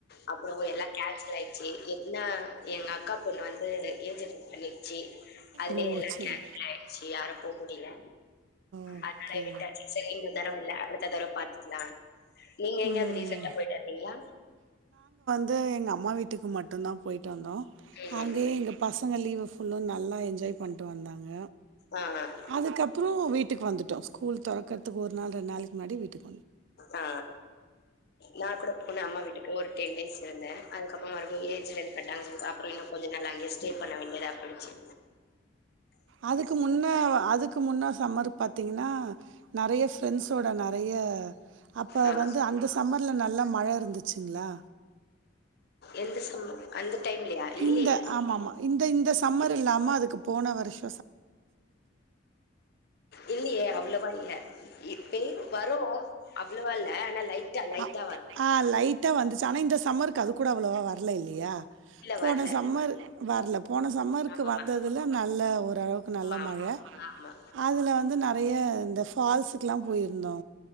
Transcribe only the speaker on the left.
அப்புறோம் எல்லாம் கேன்சல் ஆயிடுச்சு எதுக்னா எங்க அக்கா பொண்ணு வந்து ஏஜட்டெண்ட் பண்ணிடுச்சு அதுலயே
எல்லா
கேன்சல் ஆயிருச்சு யாரும் போ முடியல
அதனால விட்டாச்சு சரி இந்த தரவ இல்ல அடுத்த தரவப் பாத்துக்கலாம் நீங்க எங்கேயாவது
ரீசன்ட்டா போயிட்டு வந்தீங்களா
ம்
ஆ
ஆ நா கூட போண அம்மா வீட்டுக்கு ஒரு டென் டேஸ் இருந்தே அதுக்கப்றொ மறுடியு ஏஜ் அட்டன் பண்ணாங்க சொல் அப்பறொ இன்னு கொஞ்ச நாள் அங்கியே ஸ்டே பண்ண வேண்டியதா போய்டுச்சி
ஆ
எந்த சம்மர் அந்த டைம்லயா இல்லையே
இல்லியே அவ்ளவா இ ல்ல இப்பயு வரும் அவ்ளவா இல்ல ஆனா லைட்டா லைட்டா
வரு
இல்ல
வரல
ஆமா
ஆமா
ஆமா
ஆமா